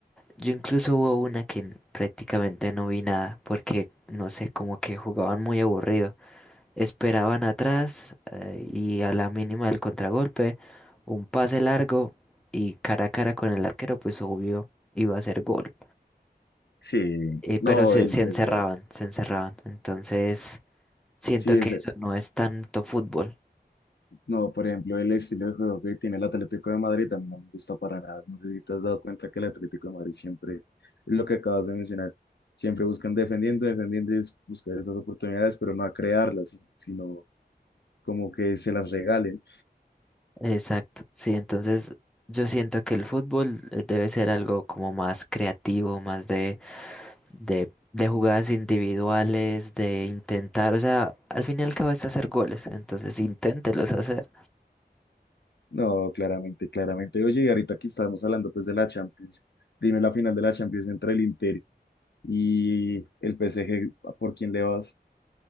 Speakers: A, in the centre; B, on the left.
A: yo incluso hubo una que prácticamente no vi nada, porque no sé, como que jugaban muy aburrido. Esperaban atrás eh, y a la mínima del contragolpe, un pase largo y cara a cara con el arquero, pues obvio iba a ser gol.
B: Sí,
A: Eh, pero
B: no,
A: se,
B: es
A: se
B: verdad.
A: encerraban, se encerraban. Entonces, siento
B: Sí, es,
A: que eso no es tanto fútbol.
B: no, por ejemplo, el estilo de juego que tiene el Atlético de Madrid a mí no me gusta para nada. No sé si te has dado cuenta que el Atlético de Madrid siempre, es lo que acabas de mencionar, siempre buscan defendiendo, defendiendo y es buscar esas oportunidades, pero no a crearlas, sino como que se las regalen.
A: Exacto, sí, entonces yo siento que el fútbol eh, debe ser algo como más creativo, más de, de, de jugadas individuales, de intentar, o sea, al fin y al cabo es hacer goles, entonces inténtelos hacer.
B: No, claramente, claramente. Oye, y ahorita aquí estamos hablando pues de la Champions, dime la final de la Champions entre el Inter y el PSG, ¿por quién le vas?